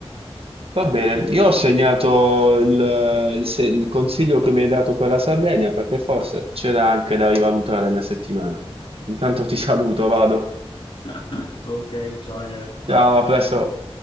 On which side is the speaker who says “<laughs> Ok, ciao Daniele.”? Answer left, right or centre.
Left